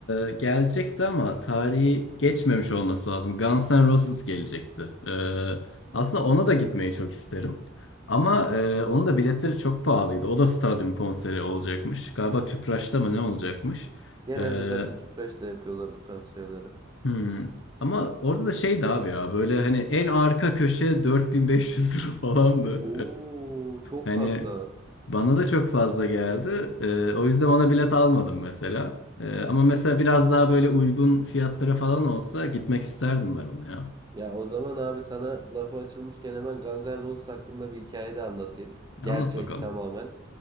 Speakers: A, on the left; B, on the right.
A: e, gelecekti ama tarihi geçmemiş olması lazım. Guns N' Roses gelecekti. Ee, aslında ona da gitmeyi çok isterim. Ama e, onun da biletleri çok pahalıydı. O da stadyum konseri olacakmış. Galiba Tüpraş'ta mı ne olacakmış?
B: Genelde
A: Ee,
B: zaten tüpraş da yapıyorlar bu tarz şeyleri.
A: Hmm. Ama orada da şeydi abi ya böyle hani en arka köşe 4500 <laughs> lira falandı.
B: Oo çok
A: Ee, hani
B: fazla.
A: bana da çok fazla geldi. Ee, o yüzden ona bilet almadım mesela. Ee, ama mesela biraz daha böyle uygun fiyatlara falan olsa gitmek isterdim ben ona ya.
B: Ya o zaman abi sana lafı açılmışken hemen Guns N' Roses hakkında bir hikaye de anlatayım. Gerçek
A: Anlat bakalım.
B: tamamen.